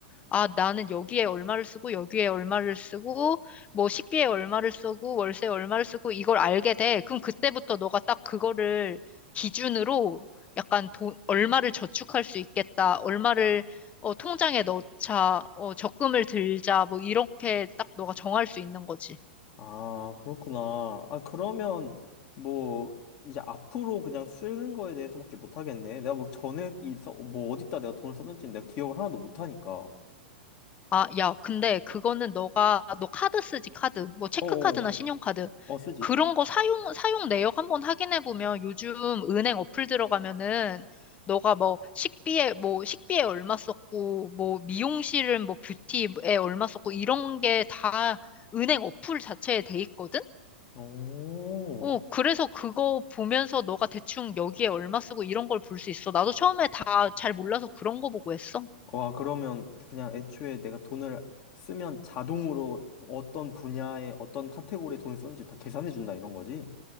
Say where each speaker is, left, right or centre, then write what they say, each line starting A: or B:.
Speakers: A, on the left; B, on the left.
A: 아, 나는 여기에 얼마를 쓰고, 여기에 얼마를 쓰고, 뭐 식비에 얼마를 쓰고, 월세에 얼마를 쓰고, 이걸 알게 돼. 그럼 그때부터 너가 딱 그거를 기준으로 약간 돈, 얼마를 저축할 수 있겠다, 얼마를 어, 통장에 넣자, 어, 적금을 들자, 뭐 이렇게 딱 너가 정할 수 있는 거지.
B: 아, 그렇구나. 아, 그러면 뭐 이제 앞으로 그냥 쓰는 거에 대해서밖에 못 하겠네. 내가 뭐 전에 있어 뭐 어디다 내가 돈을 썼는지 내가 기억을 하나도 못 하니까.
A: 아, 야, 근데 그거는 너가, 너 카드 쓰지, 카드. 뭐, 체크카드나
B: 어어.
A: 신용카드.
B: 어, 쓰지.
A: 그런 거 사용, 사용 내역 한번 확인해보면 요즘 은행 어플 들어가면은 너가 뭐 식비에, 뭐 식비에 얼마 썼고, 뭐 미용실은 뭐 뷰티에 얼마 썼고, 이런 게 다 은행 어플 자체에 돼 있거든?
B: 오.
A: 어, 그래서 그거 보면서 너가 대충 여기에 얼마 쓰고 이런 걸 볼 수 있어. 나도 처음에 다 잘 몰라서 그런 거 보고 했어.
B: 와, 그러면 그냥 애초에 내가 돈을 쓰면 자동으로 어떤 분야에 어떤 카테고리에 돈을 썼는지 다 계산해 준다 이런 거지.